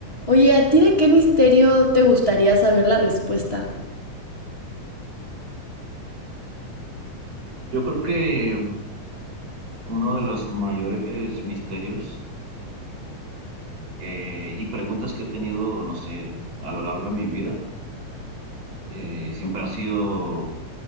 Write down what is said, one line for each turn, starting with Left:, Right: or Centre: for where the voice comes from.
Left: Oye, ¿a ti de qué misterio te gustaría saber la respuesta?
Right: Yo creo que uno de los mayores misterios eh, y preguntas que he tenido, no sé, a lo largo de mi vida, eh, siempre ha sido